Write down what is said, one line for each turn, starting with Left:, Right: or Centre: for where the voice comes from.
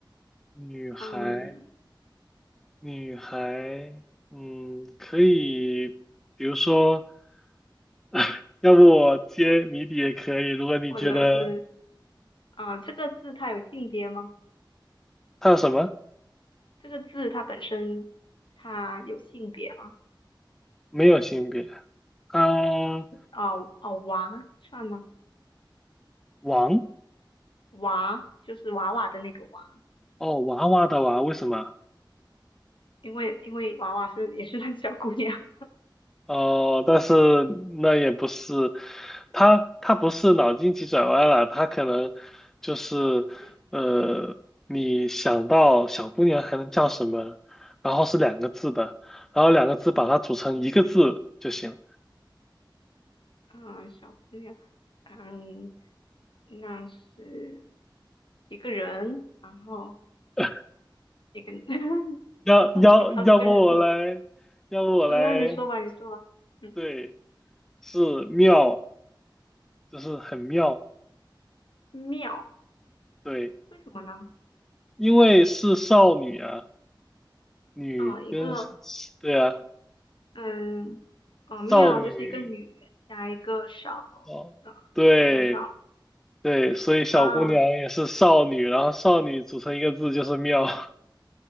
Centre: 女孩？
Left: 嗯，
Centre: 女孩，嗯，可以，比如说，<laughs> 要不我接谜底也可以。如果你觉得
Left: 或者是啊、这个字它有性别吗？
Centre: 她什么
Left: 这个字它本身它有性别吗？
Centre: 没有性别，啊，
Left: 哦哦，娃算吗？
Centre: 王
Left: 娃就是娃娃的那个娃，
Centre: 哦，娃娃的娃，为什么？
Left: 因为因为娃娃是也是那小姑娘，
Centre: 哦，但是那也不是，他他不是脑筋急转弯了，他可能就是，
Left: <laughs> 嗯
Centre: 呃，你想到小姑娘还能叫什么，然后是两个字的，然后两个字把它组成一个字就行。
Left: 嗯嗯，小姑娘，嗯，那是一个人，然后
Centre: <laughs>
Left: 一个 <laughs>
Centre: 要要要不我来，
Left: 他是他是个人，
Centre: 要不我来，
Left: 就那你说吧，你说吧，嗯，
Centre: 对，是妙，就是很妙，
Left: 妙，
Centre: 对，
Left: 为什么呢？
Centre: 因为是少女啊，女跟，
Left: 啊、一个
Centre: 对啊，
Left: 嗯，哦，妙就是一个女加一个少，
Centre: 少女哦，
Left: 呃，
Centre: 对
Left: 那就是少
Centre: 对，所以小姑娘也是少女，
Left: 啊啊，
Centre: 然后少女组成一个字就是妙。<laughs>